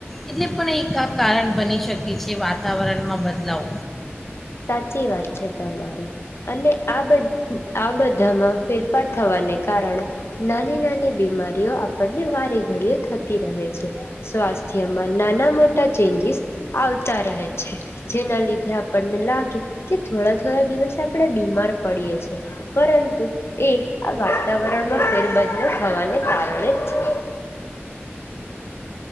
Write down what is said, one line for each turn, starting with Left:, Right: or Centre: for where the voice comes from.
Centre: એટલે પણ એક ક કારણ બની શકે છે વાતાવરણમાં બદલાવ
Left: સાચી વાત છે તમારી અને આ બ આ બધામાં ફેરફાર થવાને કારણે નાની નાની બીમારીઓ આપણને વારે ઘડીઓ થતી રહે છે સ્વાસ્થ્યમાં નાના મોટા ચેન્જીસ આવતા રહે છે જેના લીધે આપણને લાગે કે થોડા થોડા દિવસ આપણે બીમાર પડીએ છેએ પરંતુ એ આ વાતાવરણમાં ફેરબદલો થવાને કારણે જ છે